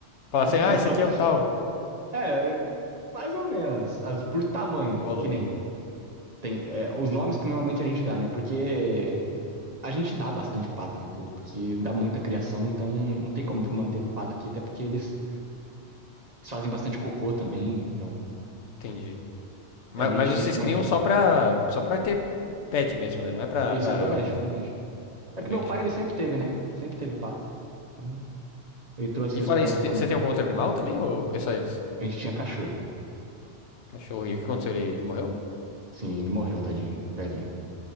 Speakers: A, on the left (about 80°); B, on the right (about 40°).
A: Falar assim, ah,
B: Eles
A: esse
B: são,
A: aqui é o tal.
B: é, mais ou menos, as- por tamanho,
A: Ô, louco.
B: que nem tem é, os nomes que normalmente a gente dá, né? Porque a gente dá bastante pato, entendeu? Porque dá muita criação, então não tem como manter pato aqui, até porque eles eles fazem bastante cocô também, então
A: Entendi. Ma-
B: é meio
A: Mas,
B: difícil
A: vocês
B: de manter.
A: criam só pra, só pra ter pet mesmo, né? Não é pra,
B: Isso
A: pra
B: é doméstico, é doméstico. É
A: doméstico,
B: que meu pai, ele sempre
A: entendi.
B: teve, né? Sempre teve pato. Então, ele trouxe
A: E
B: isso
A: fora
B: pra nossa
A: isso, te-
B: família.
A: você tem algum outro animal também? Ou é só esse
B: A gente tinha cachorro.
A: cachorro? E o que aconteceu? Ele, ele morreu?
B: Sim, ele morreu, tadinho. Velhinho.